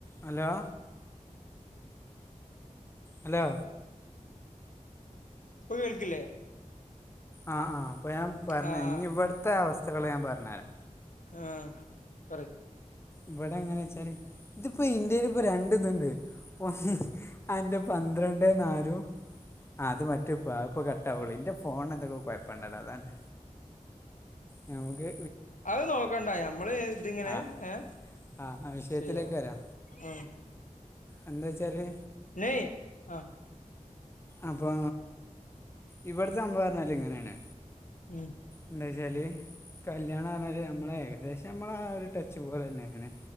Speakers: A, on the left (about 20°); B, on the left (about 70°).
A: Hello hello
B: ഇപ്പൊ കേൾക്കില്ലേ
A: ആ ആ അപ്പോ ഞാൻ പർഞ്
B: ആഹ്
A: ഞ്ഞി ഇവ്ട്ത്തെ അവസ്ഥകള് ഞാൻ പർഞ്ഞെരാ
B: ആ പറയ്
A: ഇവടെ എങ്ങനെച്ചാല് ഇതിപ്പോ ഇന്ത്യല്പ്പോ രണ്ട്ത്ണ്ട് ഒന്ന് അന്റെ പന്ത്രണ്ടേ നാലും ആ അത് മറ്റേ പാ ഇപ്പ കട്ടാവുള്ളൂ ഇന്റെ ഫോണെന്തൊക്കെ കൊഴപ്പണ്ടടാ അതാണ് നമ്മക്ക്
B: അത് നോക്കണ്ടാ ഞമ്മള് <unintelligible> ങ്ങനെ
A: ആ
B: ഏ
A: ആ ആ വിഷയത്തിലേക്ക്
B: ചെയ്യാ
A: വെരാ
B: ഉം
A: എന്താച്ചാല്
B: ഇന്നേ ആ
A: അപ്പോ ഇവ്ട്ത്തെ സംഭവർഞാല് ഇങ്ങനെണ്
B: ഉം
A: എന്താച്ചാല് കല്ല്യാണം പർഞ്ഞാല് നമ്മളേകദേശം നമ്മളാ ഒരു ടച്ച് പോലെന്നെണ്